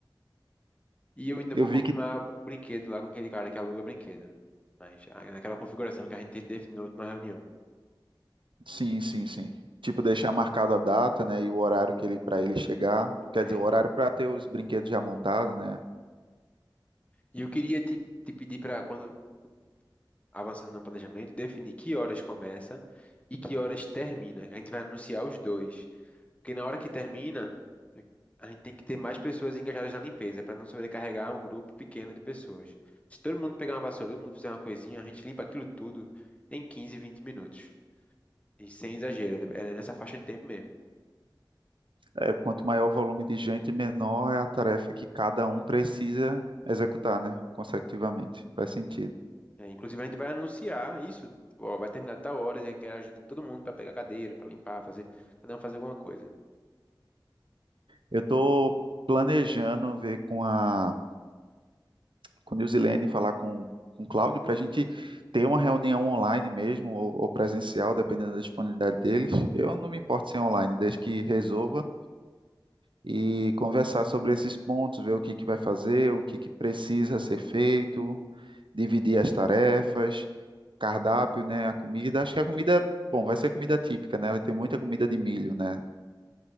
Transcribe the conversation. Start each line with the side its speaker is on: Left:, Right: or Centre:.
Left: E eu ainda
Right: Eu
Left: vou
Right: vi
Left: confirmar
Right: que
Left: o brinquedo lá com aquele cara que aluga brinquedo. Mas ah, naquela configuração que a gente definiu na última reunião.
Right: sim, sim, sim. Tipo, deixar marcado a data, né, e o horário que ele para ele chegar, quer
Left: É.
Right: dizer, o horário para ter os brinquedos já montados, né?
Left: E eu queria te, te pedir para, quando avançando no planejamento, definir que horas começa e que horas termina. que A gente vai anunciar os dois. Porque na hora que termina, a gente tem que ter mais pessoas engajadas na limpeza, para não sobrecarregar um grupo pequeno de pessoas. Se todo mundo pegar uma vassoura, todo mundo fizer uma coisinha, a gente limpa aquilo tudo em 15, 20 minutos. E sem exagero, é nessa faixa de tempo mesmo.
Right: É, quanto maior o volume de gente, menor é a tarefa que cada um precisa executar, né, consecutivamente. Faz sentido.
Left: É, inclusive, a gente vai anunciar isso. Ó, vai terminar de tal hora, eu quero a ajuda de todo mundo para pegar cadeira, para limpar, fazer, cada um fazer alguma coisa.
Right: Eu estou planejando ver com a com Nilzilene, falar com, com o Cláudio, para a gente ter uma reunião online mesmo, ou, ou presencial, dependendo da disponibilidade deles. Eu não me importo se é online, desde que resolva e conversar sobre esses pontos, ver o que que vai fazer, o que que precisa ser feito, dividir as tarefas, cardápio, né, a comida. Acho que a comida, bom, vai ser comida típica, né? Vai ter muita comida de milho, né?